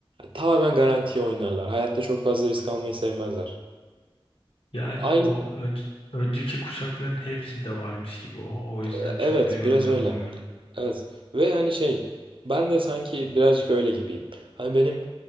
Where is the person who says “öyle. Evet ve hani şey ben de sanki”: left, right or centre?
Right